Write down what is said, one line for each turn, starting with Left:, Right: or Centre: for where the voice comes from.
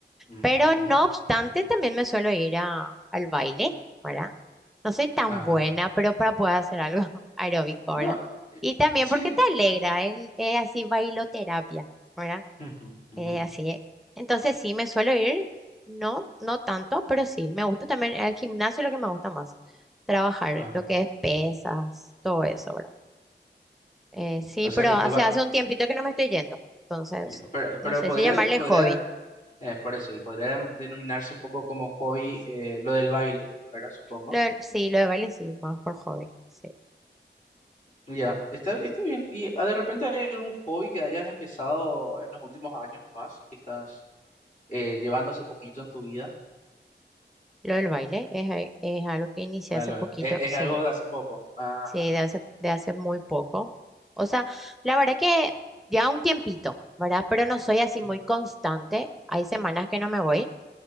Left: Mm,
Centre: Pero no
Left: ujú.
Centre: obstante, también me suelo ir a- al baile, ¿verdad? No soy tan
Left: Ajá.
Centre: buena, pero para poder hacer algo <laughs> aeróbico,
Left: No,
Centre: ¿verdad?
Left: eh,
Centre: Y también
Left: sí.
Centre: porque te alegra, el, es así bailoterapia, ¿verdad?
Left: Ujú,
Centre: Eh,
Left: ujú,
Centre: así, es. entonces sí, me suelo ir, no, no tanto, pero sí, me gusta también el gimnasio, es lo que me gusta más, trabajar,
Left: Ajá.
Centre: lo que es pesas, todo eso, ¿verdad? Eh, sí,
Left: O
Centre: pero
Left: sea que,
Centre: hace,
Left: eh, va-
Centre: hace un tiempito que no me estoy yendo, entonces,
Left: ya, pero,
Centre: no
Left: pero
Centre: sé
Left: podría,
Centre: si llamarle
Left: podría,
Centre: hobby.
Left: eh, por eso, y podría denominarse un poco como hobby eh, lo del baile, ¿verdad? Supongo.
Centre: Lo del- sí, lo del baile sí, más por hobby, sí.
Left: Ya, está, está bien. ¿Y ah, de repente hay algún hobby que hayas empezado en los últimos años nomás y que estás eh, llevando hace poquito en tu vida?
Centre: Lo del baile es, a- es algo que inicié
Left: Claro,
Centre: hace poquito,
Left: es, es
Centre: sí.
Left: algo de hace poco. Ajá.
Centre: Sí, de hace, de hace muy poco. O sea, la verdad que ya un tiempito, ¿verdad? Pero no soy así muy
Left: Mm,
Centre: constante. Hay semanas que no me voy.